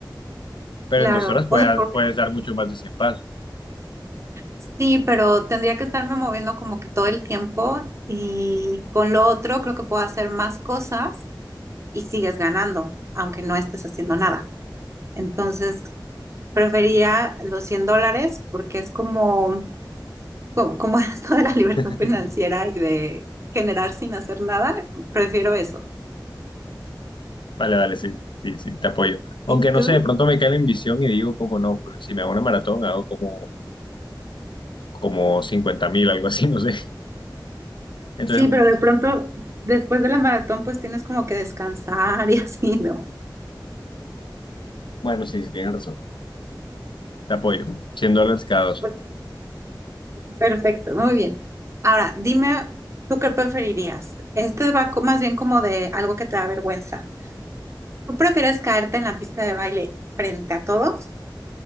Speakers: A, on the left (about 85°); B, on the right (about 35°).
A: Pero
B: claro.
A: en dos horas puedes,
B: O sea, porque
A: puedes dar mucho más de cien pasos.
B: sí, pero tendría que estarme moviendo como que todo el tiempo y con lo otro creo que puedo hacer más cosas y sigues ganando, aunque no estés haciendo nada. Entonces, prefería los 100 dólares porque es como, co- como <laughs> esto de la libertad
A: <laughs>
B: financiera y de generar sin hacer nada, prefiero eso.
A: Vale, vale, sí, sí, sí, te apoyo. Aunque
B: ¿Y tú?
A: no sé, de pronto me cae la ambición y digo, como no, pues, si me hago una maratón, hago como, como cincuenta mil, algo así, no sé. Entonces,
B: Sí, pero de pronto después de la maratón pues tienes como que descansar y <laughs> así, ¿no?
A: bueno, sí, sí, tienes razón. Te apoyo. 100 dólares cada dos
B: Pues,
A: horas.
B: perfecto, muy bien. Ahora, dime, ¿tú qué preferirías? Este va co- más bien como de algo que te da vergüenza. ¿Tú prefieres caerte en la pista de baile frente a todos